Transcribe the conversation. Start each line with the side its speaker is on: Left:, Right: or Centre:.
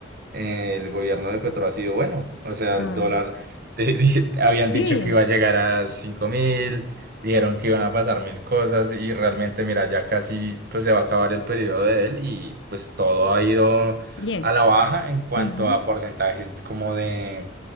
Right: eh, el gobierno de Petro ha sido bueno. O sea,
Left: Ah,
Right: el dólar, <laughs> de- di- habían dicho
Left: sí,
Right: que iba a llegar a cinco mil, dijeron que iban a pasar mil cosas y realmente, mira, ya casi pues se va a acabar el periodo de él y pues todo ha ido
Left: bien.
Right: a la baja en cuanto
Left: Ujú.
Right: a porcentajes como de